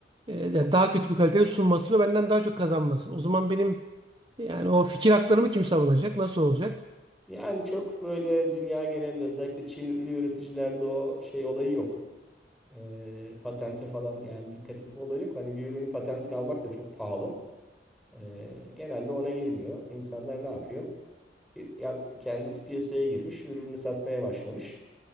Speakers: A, on the right; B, in the centre.
A: e, yani daha kötü bir kalitede sunması ve benden daha çok kazanması. O zaman benim yani o fikir haklarımı kim savunacak? Nasıl olacak?
B: Yani çok böyle dünya genelinde özellikle Çinli üreticilerde o şey olayı yok. Ee, patente falan yani dikkat etme olayı yok. Hani bir ürünün patentini almak da çok pahalı. Ee, genelde ona girmiyor. İnsanlar ne yapıyor? ya kendisi piyasaya girmiş, ürünü satmaya başlamış.